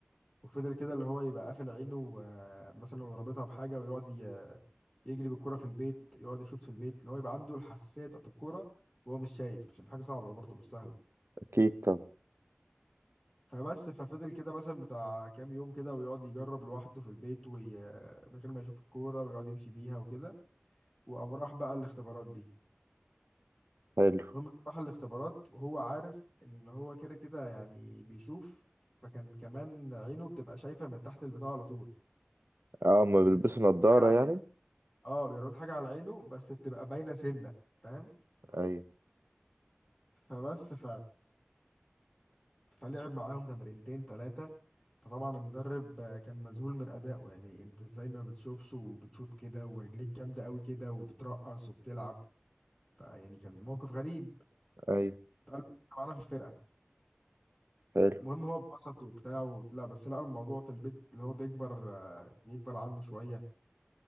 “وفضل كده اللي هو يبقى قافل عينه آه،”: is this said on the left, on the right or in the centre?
Centre